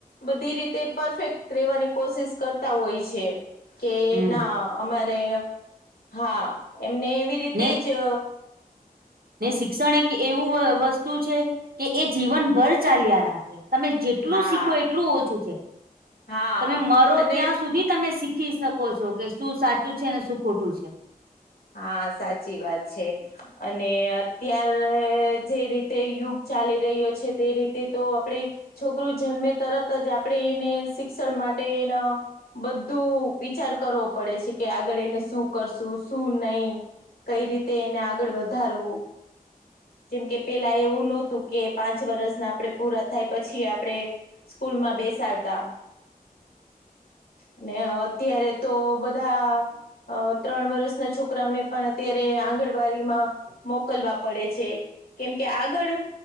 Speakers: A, on the left (about 80°); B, on the right (about 75°).
A: બધી રીતે પરફેક્ટ રહેેવાની કોશિશ કરતા હોય છે. કે
B: હમ
A: ના અમારે હા એમને એવી રીતે
B: ને
A: જ-
B: ને શિક્ષણ એક એવું વ વસ્તુ છે કે એ જીવનભર ચાલ્યા રાખે. તમે જેટલું
A: હા
B: શીખો એટલું ઓછું છે.
A: હા
B: તમે મરો
A: અને
B: ત્યાં સુધી તમે શીખી શક ઓ છો કે શું સાચું છે ને શું ખોટું છે?
A: હા સાચી વાત છે. અને અત્ય્યારે જે રીતે યુગ ચાલી રહ્યો છે તે રીતે તો આપણેે- છોકરું જન્મે તરત જ આપણે એને શિક્ષણ માટે એના- બધું વિચાર કરવો પડે છે કે આગળ એને શું કરશું? શ શું નહી? કઈ રીતે એને આગળ વધારવું? જેમ કે, પેલા એવું નહોતું કે પાંચ વર્ષના આપણે પૂરા થાય પછી આપડે- સ્કૂલમાં બેસાડતા. અને અત્યારે તો બધા ત્રણ વર્ષ- ના છોકરાઓને પણ અત્યારે આંગણવાડીમાં મોકલવા પડે છે. કેમ કે આગળ